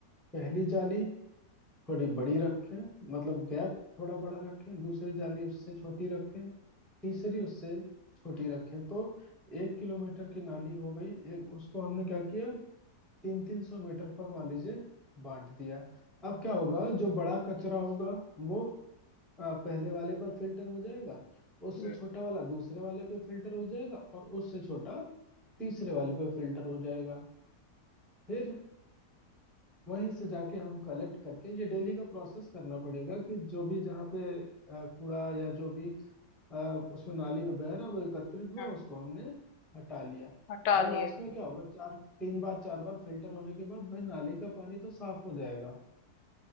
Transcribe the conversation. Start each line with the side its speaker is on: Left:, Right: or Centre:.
Centre: पहली जाली थोड़ी बड़ी रखें मतलब गैप थोड़ा बड़ा रखें दूसरी जाली उससे छोटी रखें तीसरी उससे छोटी रखें तो एक किलोमीटर की नाली हो गई एक उसको हमने क्या किया तीन तीन सौ मीटर पर मान लीजिए बांट दिया अब क्या होगा जो बड़ा कचरा होगा वो आ, पहले वाले पर फिल्टर हो जाएगा उससे
Left: है
Centre: छोटा वाला दूसरे वाले पे फिल्टर हो जाएगा और उससे छोटा तीसरे वाले पे फिल्टर हो जाएगा फिर वहीं से जाके हम कलेक्ट करके ये डेली का प्रोसेस करना पड़ेगा कि जो भी जहाँ पे आ, कूड़ा या जो भी आ, उसमें नाली में बह रहा वो एकत्रित हुआ
Left: हाँ,
Centre: उसको हमने हटा लिया
Left: हटा
Centre: अब
Left: लिए
Centre: लास्ट में क्या होगा चार तीन बार चार बार फिल्टर होने के बाद भाई नाली का पानी तो साफ हो जाएगा